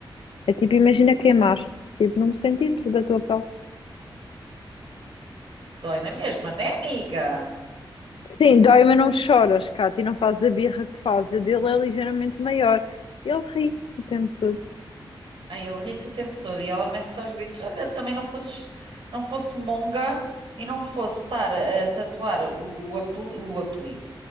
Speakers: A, on the left; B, on the right.
A: É tipo, imagina queimar-te, tipo, num centímetro da tua pele.
B: Dói na mesma, né, amiga?
A: Sim, dói, mas não choras, Cátia, e não fazes a birra que fazes. A dele é ligeiramente maior. Ele ri o tempo todo.
B: Aí ele ri-se o tempo todo e ela mente só os gritos: Olha, também não fosse, não fosse monga e não fosse estar a, a tatuar o, apel- o apelido.